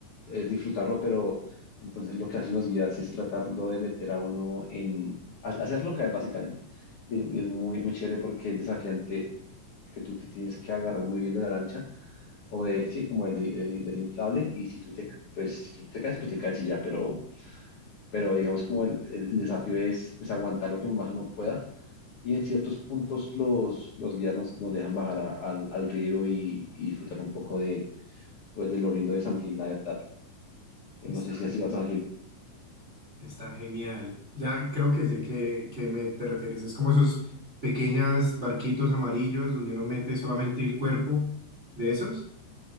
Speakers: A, on the left (about 60°); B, on the right (about 25°).
A: es disfrutarlo, pero entonces lo que hacen los guías es tratarlo de meter a uno en, ha- hacerlo caer básicamente. Y es, y es muy, muy chévere porque es desafiante, porque tú te tienes que agarrar muy bien de la lancha o del, sí, como del, del- del inflable, y si tú te, pues, si tú te caes, pues te caes y ya, pero, pero digamos como el, el- el desafío es pues, aguantar lo que más uno pueda. Y en ciertos puntos los, los guías nos, nos dejan bajar a- al, al río y y disfrutar un poco pues del oriundo de San Gil, la verdad. Eh,
B: Está
A: No sé si has
B: genial.
A: ido a San Gil.
B: Está genial. Ya creo que sé que, que me te refieres. Es como esos pequeños barquitos amarillos donde uno mete solamente el cuerpo de esos.